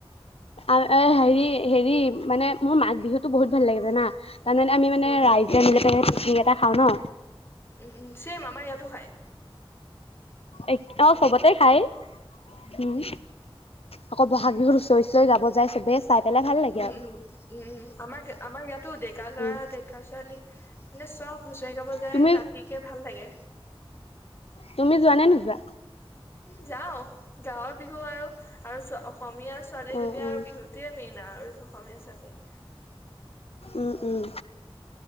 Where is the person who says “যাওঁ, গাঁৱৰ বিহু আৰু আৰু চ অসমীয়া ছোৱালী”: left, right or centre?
Left